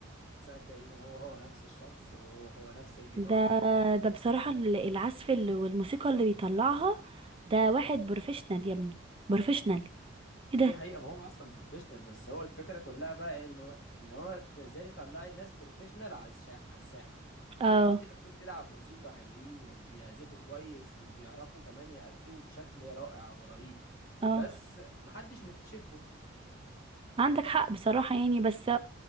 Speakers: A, on the left; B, on the right.
A: صدقيني هو هو نفس الشخص وهو هو نفس الجيتار
B: ده
A: حتى
B: ده بصراحة ال- العزف ال- والموسيقى اللي بيطلعها ده واحد بروفيشنال يا ابني بروفيشنال
A: ما
B: ايه
A: دي
B: ده
A: حقيقة ما هو أصلا بروفيشنال بس هو الفكرة كلها بقى إنه إن هو تت- إزاي تطلعي ناس بروفيشنال على الشاح على الساحة
B: اه
A: في ناس كتير قوي بتلعب موسيقى حلوين وبيعزفوا كويس وبيعرفوا كمان يأدوا بشكل رائع ورهيب
B: اه
A: بس محدش مكتشفهم
B: عندك حق بصراحة يعني بس